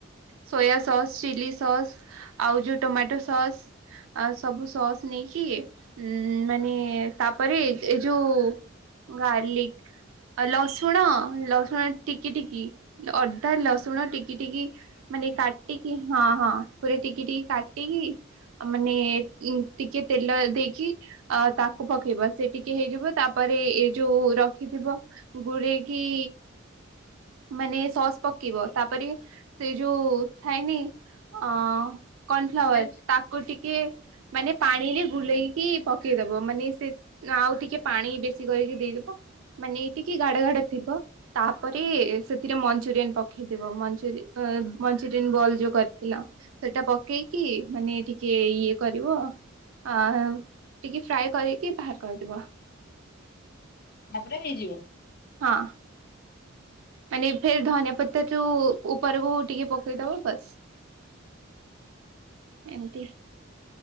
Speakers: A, on the right; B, on the left.
A: soya sauce chilli sauce ଆଉ ଯୋଉ ଟମାଟୋ ସସ୍ ଆ ସବୁ ସସ୍ ନେଇକି ଉ ମାନେ ତାପରେ ଏ ଯୋଉ ଗାର୍ଲିକ ଆଉ ଲସୁଣ ଲସୁଣ ଟିକି ଟିକି ଅଦା ଲସୁଣ
B: ହଁ, ରସୁଣ
A: ଟିକି
B: କାଟିକି
A: ଟିକି
B: ଟିକି
A: ମାନେ
B: କରିକି
A: କାଟ୍ ଟିକ ହଁ ହଁ ପୁରା ଟିକି ଟିକି କାଟିକି ମାନେ ଟିକେ ତେଲ ଦେଇକି ଅ ତାକୁ ପକେଇବା ସେ ଟିକେ ହେଇଯିବ ତାପରେ ଏ ଯୋଉ ରଖିଥିବ ଗୁରେଇକି ମାନେ ସସ୍ ପକେଇବ ତାପରେ ସେ ଯୋଉ ଥାଏନି ଅ କର୍ଣ୍ଣଫ୍ଲାୱାର
B: ପିଆଜ
A: ତାକୁ ଟିକେ ମାନେ ପାଣିରେ ଗୁଲେଇକି ପକେଇଦବ ମାନେ ସେ ନା ଆଉ ଟିକେ ପାଣି ବେଶୀ କରିକି ଦେଇଦବ ମାନେ ଟିକେ ଗାଢ ଗାଢ ଥିବ ତାପରେ ସେଥିରେ ମଞ୍ଚୁରିଆନ ପକେଇଦବ ମଞ୍ଚୁରି ଅ ମଞ୍ଚୁରିୟନ ବଲ୍ ଯୋଉ କରିଥିଲ ସେଟା ପକେଇକି ମାନେ କିଏ ଇଏ କରିବ ଆ ଟିକେ ଫ୍ରାଏ କରିକି ବାହାର କରିଦବ।
B: ତାପରେ ହେଇଯିବ।
A: ହଁ। ମାନେ ଫେର ଧନିଆ ପତରରୁ ଉପରକୁ ଟିକେ ପକେଇଦବ ବାସ୍। ଏମିତି